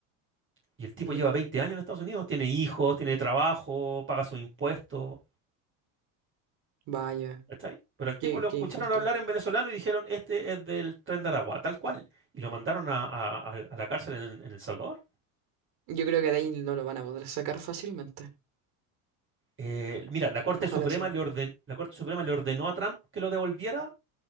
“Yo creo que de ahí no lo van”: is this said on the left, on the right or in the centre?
Right